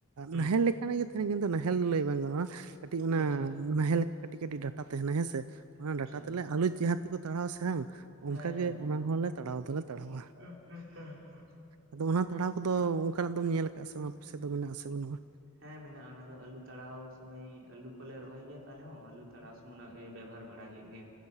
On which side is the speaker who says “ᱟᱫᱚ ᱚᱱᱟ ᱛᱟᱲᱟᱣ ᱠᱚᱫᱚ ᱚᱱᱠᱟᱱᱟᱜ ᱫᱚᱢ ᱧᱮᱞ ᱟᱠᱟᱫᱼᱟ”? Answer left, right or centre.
Right